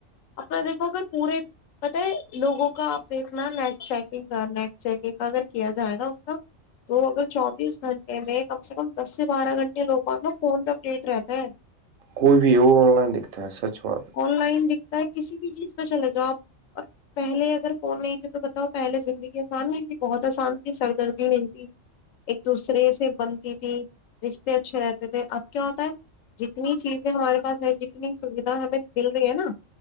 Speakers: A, on the left (about 85°); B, on the right (about 85°).
A: اپ د تو اگر پورے پت ہے لوگوں کا آپ دیکھنا نیٹ چیکنگ کا نیٹ چیکنگ کا اگر کیا جائے نا ان کا تو اگر چوبیس گھنٹے میں کم سے کم دس سے بارہ گھنٹے لوگوں اپنا فون پ اپ ڈیٹ رہتا ہے
B: کوئی بھی وہ آن لائن دکھتا ہے سچ بات
A: آن لائن دکھتا ہے کسی بھی چیز پہ چلے جاؤ آپ اور پہلے اگر فون نہیں تے تو بتاؤ پہلے زندگی آسان نہیں تھی بہت آسان تھی سردردی نہیں تھی ایک دوسرے سے بنتی تھی رشتے اچھے رہتے تھے اب کیا ہوتا ہے جتنی چیزیں ہمارے پاس ہے جتنی ہمیں مل رہی ہے نا